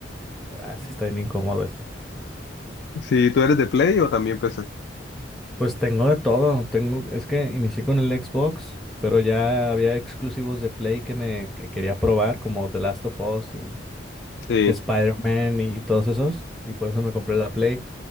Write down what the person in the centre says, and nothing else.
Ah, sí está bien incómodo ese.
Pues tengo de todo. Tengo, es que inicié con el Xbox, pero ya había exclusivos de Play que me que quería probar, como The Last of Us y
Spider-Man y todos esos. Y por eso me compré la Play.